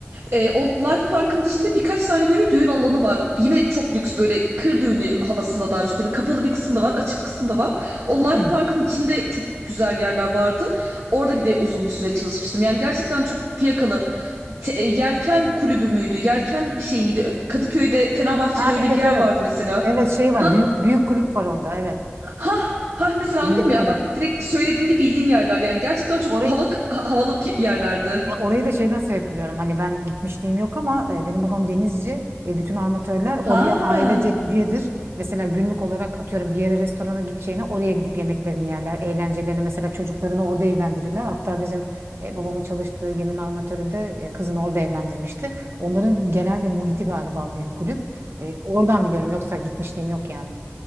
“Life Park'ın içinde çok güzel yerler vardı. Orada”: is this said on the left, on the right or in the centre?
Right